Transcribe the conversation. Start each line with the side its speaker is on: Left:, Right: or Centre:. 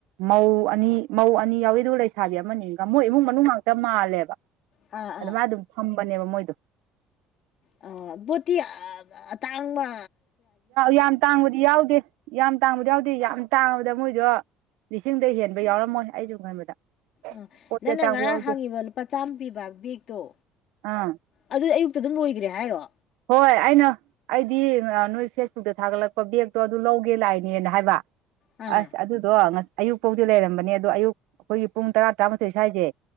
Right: ꯃꯧ ꯑꯅꯤ ꯃꯧ ꯑꯅꯤ ꯌꯥꯎꯋꯤ ꯑꯗꯨꯒ ꯂꯩ ꯁꯥꯥꯕꯤ ꯑꯃꯅꯤꯒ ꯃꯣꯏ ꯏꯃꯨꯡ ꯃꯅꯨꯡ ꯉꯥꯛꯇ ꯃꯥꯜꯂꯦꯕ
Left: ꯑꯥ ꯑꯥ
Right: ꯑꯗꯨꯃꯥꯏꯅ ꯑꯗꯨꯝ ꯐꯝ ꯄꯅꯦꯕ ꯃꯣꯏꯗꯨ
Left: ꯑ ꯄꯣꯠꯇ ꯇꯥꯥꯡ ꯃꯥ
Right: ꯌꯥꯝ ꯇꯥꯡꯕꯗꯤ ꯌꯥꯎꯗꯦ ꯌꯥꯝ ꯇꯥꯡꯕꯗꯤ ꯌꯥꯎꯗꯤ ꯌꯥꯝ ꯇꯥꯡꯉꯕꯗ ꯃꯣꯏꯗꯣ ꯂꯤꯁꯤꯡꯗ ꯍꯦꯟꯕ ꯌꯥꯎꯔꯝꯃꯣꯏ ꯑꯩ ꯁꯨꯝ ꯈꯟꯕꯗ
Left: ꯑ
Right: ꯄꯣꯠꯇꯤ
Left: ꯅꯪꯅ
Right: ꯑꯇꯥꯡꯕ
Left: ꯉꯔꯥꯡ
Right: ꯌꯥꯎꯗꯦ
Left: ꯍꯥꯡꯉꯤꯕ ꯂꯨꯄꯥ ꯆꯥꯝꯃ ꯄꯤꯕ ꯕꯦꯒꯛꯇꯣ
Right: ꯑꯥ
Left: ꯑꯗꯨ ꯑꯌꯨꯛꯇ ꯑꯗꯨꯝ ꯂꯣꯏꯈ꯭ꯔꯦ ꯍꯥꯏꯔꯣ
Right: ꯍꯣꯏ ꯑꯩꯅ ꯑꯩꯗꯤ ꯅꯣꯏ ꯐꯦꯁꯕꯨꯛꯇ ꯊꯥꯒꯠꯂꯛꯄ ꯄꯕꯛꯇꯣ ꯑꯗꯨ ꯂ ꯂꯧꯒꯦꯂꯥꯏ ꯅꯦꯅ ꯍꯥꯏꯕ
Left: ꯑꯥ
Right: ꯑꯁ ꯑꯗꯨꯗꯣꯁ ꯑꯌꯨꯛ ꯐꯥꯎꯗꯤ ꯂꯩꯔꯝꯕꯅꯦ ꯑꯗꯣ ꯑꯌꯨꯛ ꯑꯩꯈꯣꯏꯒꯤ ꯄꯨꯡ ꯇꯔꯥ ꯇꯔꯥꯃꯥꯊꯣꯏ ꯁ꯭ꯋꯥꯏꯁꯦ